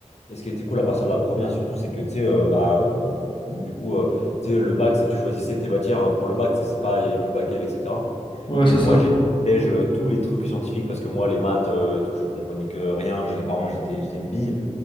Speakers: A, on the left; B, on the left.
A: Et ce qui était cool à partir de la première surtout, c'est que tu sais, euh, bah, euh, tu- du coup, euh, tu sais, le bac, c'est tu choisissais tes matières euh, pour le bac, tu sais, c'est pas, il y avait plus bac L, etc.
B: Ouais,
A: Donc
B: c'est ça.
A: moi, j'ai j'ai, je- tous les trucs scientifiques parce que moi, les maths euh, et tout, je comprenais que rien. J'ai vraiment, j'étais, j'étais une bille.